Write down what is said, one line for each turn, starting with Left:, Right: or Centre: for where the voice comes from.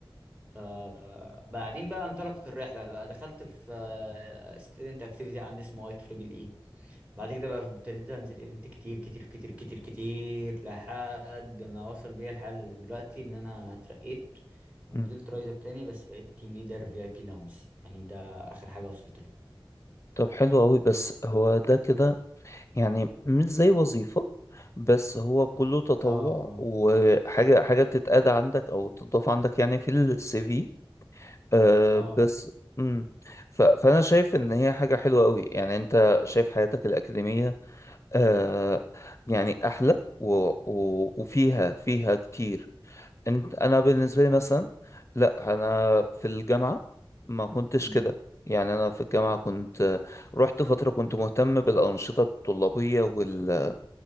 Right: آه، بعدين بقى انطلقت الرحلة بقى دخلت في ستودنت اكتيفيتي عندي اسمه اي تريبل اي بعد كده بقى ابتديت انزل ايفنت كتير كتير كتير كتير كتير لحد ما وصل بيا الحال دلوقتي ان انا اترقيت ونزلت
Left: مم.
Right: رايز اب تاني بس بقيت تيم ليدر في اي بي لاونج يعني ده اخر حاجه وصلت لها
Left: طب حلو قوي بس هو ده كده يعني مش زي وظيفة بس هو كله تطوع
Right: اه اه
Left: وحاجة حاجة بتتقاد عندك او تضاف عندك يعني في السي في أه
Right: اه
Left: بس امم ف... فانا شايف ان هي حاجه حلوه قوي يعني انت شايف حياتك الاكاديميه أه يعني احلى و... و... وفيها فيها كتير انت انا بالنسبه لي مثلا لا انا في الجامعه ما كنتش
Right: امم
Left: كده يعني انا في الجامعه كنت رحت فتره كنت مهتم بالانشطه الطلابيه وال